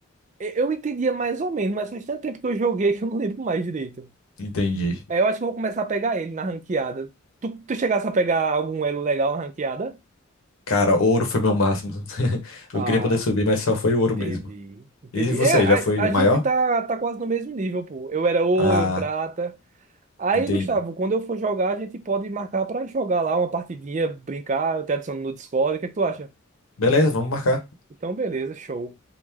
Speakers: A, on the right (about 35°); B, on the left (about 85°).
A: E- Eu entendia mais ou menos, mas faz tanto tempo que eu joguei que eu não lembro mais direito.
B: Entendi.
A: Aí eu acho que eu vou começar a pegar ele na ranqueada. Tu, tu chegasse a pegar algum elo legal na ranqueada?
B: Cara, ouro foi meu máximo. <laughs>
A: Ah,
B: Eu queria poder subir, mas só foi
A: entendi.
B: ouro mesmo.
A: Entendi.
B: E você,
A: É,
B: já foi
A: a,
B: o
A: a
B: maior?
A: gente tá, tá quase no mesmo nível, pô. Eu era ouro,
B: Ah,
A: prata. Aí,
B: entendi.
A: Gustavo, quando eu for jogar, a gente pode marcar pra jogar lá uma partidinha, brincar, eu te adiciono no Discord. O que é que tu acha?
B: Beleza, vamos marcar.
A: Então, beleza, show.